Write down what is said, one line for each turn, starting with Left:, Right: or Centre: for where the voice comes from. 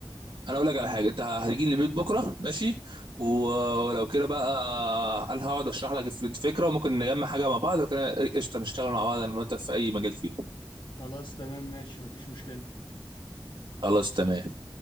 Right: انا اقول لك
Left: قول
Right: على حاجه انت هتيجي لي البيت بكره ماشي و- ولو كده بقى انا هقعد اشرح لك الفكره وممكن نجمع حاجه مع بعض وكده قشطه نشتغل مع بعض انا وانت في اي مجال فيه
Left: خلاص تمام ماشي مفيش مشكلة
Right: خلاص تمام